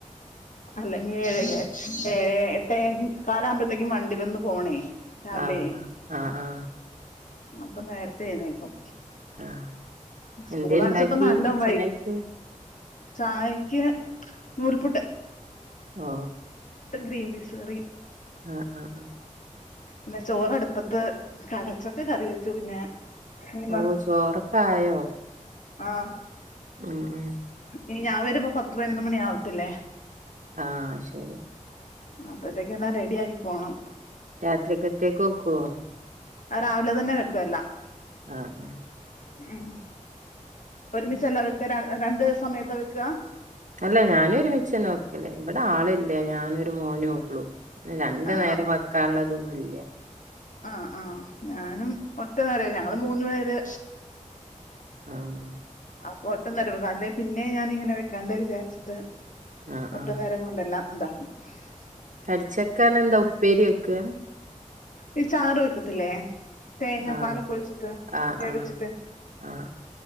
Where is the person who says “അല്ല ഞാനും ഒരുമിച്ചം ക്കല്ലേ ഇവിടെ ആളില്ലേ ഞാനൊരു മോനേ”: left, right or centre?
Right